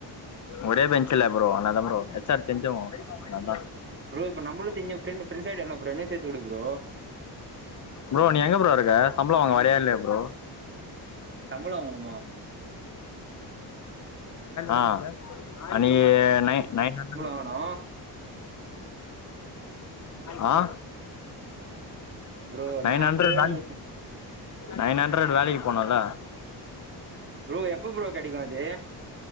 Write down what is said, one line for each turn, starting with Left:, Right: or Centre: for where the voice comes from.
Left: ஒரே பெஞ்ச இல்ல ப்ரோ அதனாலதான் ப்ரோ ஏச் ஆர் தெரிஞ்சவங்க அதனால் தான்
Right: ப்ரோ இப்ப நம்மளும் தெரிச் பிரண்டு ஃபிரண்ட்ஸ் ஆயிட்டோல ப்ரோ என்னையும் சேத்து விடு ப்ரோ
Left: ப்ரோ நீ எங்க ப்ரோ இருக்க சம்பளம் வாங்க வரையா இல்லையா ப்ரோ
Right: சம்பளம் வாங்கணுமா
Left: ஆ அன்னைகி நை நயின் ஹண்ரடு
Right: போனு
Left: அ
Right: ப்ரோ
Left: நைன்
Right: நான்
Left: ஹண்ரட்
Right: ப்ரோ
Left: வேலை
Right: நீ
Left: நைன் ஹண்டரட் வேலைக்கு போனல
Right: ப்ரோ எப்போ ப்ரோ கடைக்கும் அது